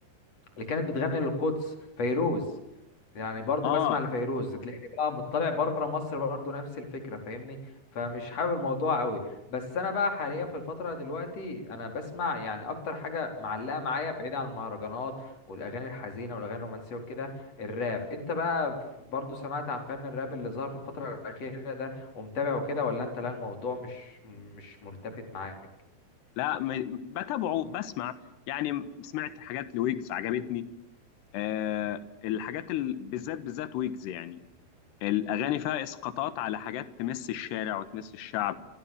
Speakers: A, on the left; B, on the left.
A: اللي كانت بتغني للقدس فيروز يعني برضو
B: اه
A: بسمع لفيروز تلاقيني بقى مطلع بره مصر برضو نفس الفكره فاهمني فمش حابب الموضوع قوي بس انا بقى حاليا في الفتره دلوقتي انا بسمع يعني اكتر حاجه معلقه معايا بعيد عن المهرجانات والاغاني الحزينه والاغاني الرومانسيه وكده الراب انت بقى ف- برضو سمعت عن فن الراب اللي ظهر في الفتره الاخيره ده ومتابع وكده ولا انت لا الموضوع مش مش ملتفت معاك
B: لا م- بتابعه بسمع يعني سمعت حاجات لويجز عجبتني آه الحاجات ال... بالذات بالذات ويجز يعني الأغاني فيها إسقاطات على حاجات تمس الشارع وتمس الشعب